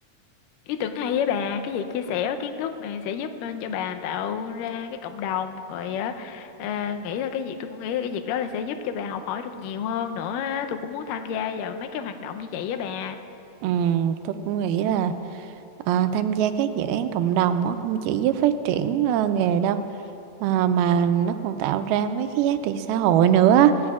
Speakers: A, on the left; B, on the right.
A: ý tưởng hay với bà cái việc chia sẻ kiến thức này sẽ giúp ờ, cho bà tạo ra cái cộng đồng rồi á ờ, nghĩ là cái việc tôi cũng nghĩ là cái việc đó là sẽ giúp cho bà học hỏi được nhiều hơn nữa á. tôi cũng muốn tham gia vào mấy cái hoạt động như vậy với bà
B: Ừm, tôi cũng nghĩ là ờ, tham gia các dự án cộng đồng á không chỉ giúp phát triển ờ, nghề đâu ờ, mà nó còn tạo ra mấy cái giá trị xã hội nữa